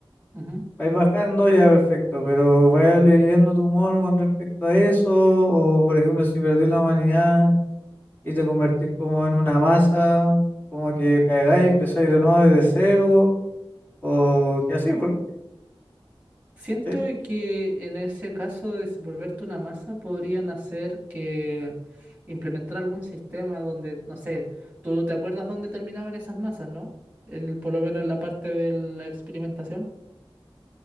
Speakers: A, on the right (about 15°); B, on the left (about 20°).
A: Ujú.
B: Vais bajando, ya perfecto, pero vaya lidiando tu mono con respecto a eso, o por ejemplo, si perdís la humanidad y te convertís como en una masa, como que caigáis y empezáis de nuevo desde cero, o que así, porque,
A: Siento
B: ¿cachai?
A: que en ese caso de s- volverte una masa podrían hacer que implementar algún sistema donde, no sé, tú te acuerdas dónde terminaban esas masas, ¿no? El, por lo menos en la parte de la experimentación.